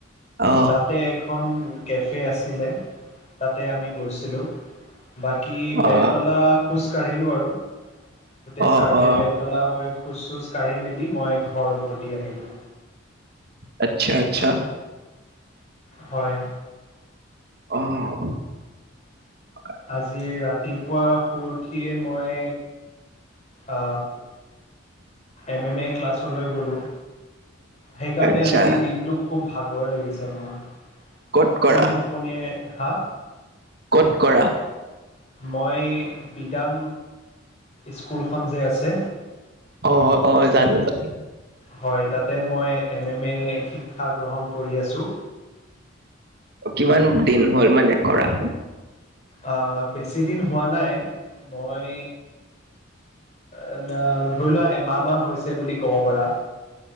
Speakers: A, on the right; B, on the left.
A: অ
B: তাতে এখন কেফে আছিলে তাতে আমি গৈছিলোঁ বাকী বেলতলা
A: অ
B: খোজ কাঢ়িলোঁ আৰু গোটেই
A: অ
B: চাৰ্ভে
A: অ
B: বেলতলা হৈ খোজ চোজ কাঢ়ি মেলি মই ঘৰ উভতি আহিলো
A: আচ্ছা, আচ্ছা
B: হয়,
A: অ',
B: আজি ৰাতিপুৱা শুই উঠিয়েই মই আ, এম এম এ ক্লাছলৈ গ'লো। সেইকাৰণে
A: আচ্ছা
B: আজি দিনটো খুব ভাগৰ লাগিছে মোৰ। একদম
A: ক'ত কৰা
B: টোপনীয়া হা?
A: ক'ত কৰা
B: মই বিডাং স্কুলখন যে আছে
A: অ অ জানো জানো
B: হয় তাতে মই এম এম এ শিক্ষা গ্ৰহণ কৰি আছোঁ
A: কিমান দিন হ'ল মানে কৰা
B: আহ বেছি দিন হোৱা নাই মই এ ধৰি লোৱা এমাহ মান হৈছে বুলি কব পাৰা